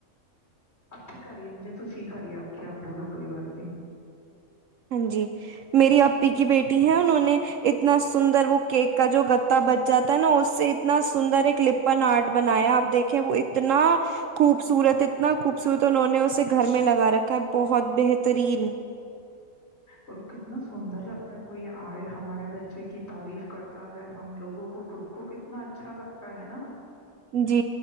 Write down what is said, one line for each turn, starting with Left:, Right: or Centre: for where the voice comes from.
Left: اب ٹھیک آ رہی ہے مجھے تو سیکھا رہی ہے آپ کیا بولو کوئی بات نہیں
Right: ہاں جی میری اپی کی بیٹی ہے انہوں نے اتنا سندر وہ کیک کا جو گتا بچ جاتا ہے نا اس سے اتنا سندر ایک لپن آرٹ بنایا آپ دیکھیں وہ اتنا خوبصورت اتنا خوبصورت انہوں نے اسے گھر میں لگا رکھا ہے بہت بہترین
Left: اور کتنا سندر لگتا ہے کو یہ آئے ہمارے بچے کی تعریف کرتا ہے ہم لوگوں کو خود کو کتنا اچھا لگتا ہے نا
Right: جی